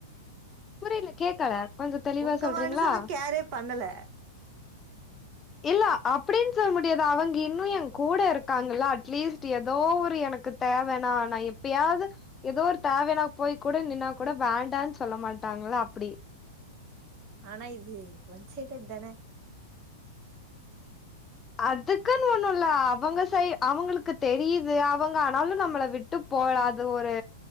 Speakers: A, on the left; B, on the right.
A: புரியல கேக்கல கொஞ்சோ தெளிவா
B: உங்க
A: சொல்றீங்ளா
B: மனுசனு கேரே பண்ணல
A: இல்ல அப்டின் சொல்முடியாது அவங்க இன்னு எ கூட இருக்காங்கல அட்லீஸ்ட் எதோ ஒரு எனக்குத் தேவென நா எப்பயாது எதோ ஒரு தேவைனா போய் கூட நின்னா கூட வேண்டான் சொல்ல மாட்டாங்ளா அப்டி
B: ஆனா இது ஒன்சைட்டட்டு தானே
A: அதுக்குன்னு ஒண்ணுல்ல அவங்க சை அவுங்ளுக்கு தெரியுது அவுங்க ஆனாலு நம்மள விட் ட்டு போல அது ஒரு